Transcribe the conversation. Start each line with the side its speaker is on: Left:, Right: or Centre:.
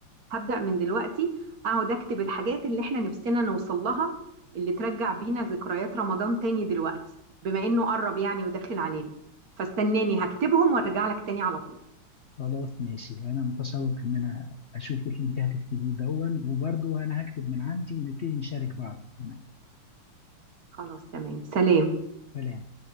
Right: هبدأ من دلوقتي اقعد اكتب الحاجات اللي احنا نفسنا نوصل لها اللي ترجع بينا ذكريات رمضان تاني دلوقتي بما انه قرب يعني وداخل علينا فاستناني هكتبهم وارجع لك تاني على طول
Left: خلاص ماشي انا متشوق ان انا اشوف اللي انت هتكتبيه دون وبرضه انا هكتب من عندي ونبتدي نشارك بعض كمان
Right: خلاص تمام سلام
Left: سلام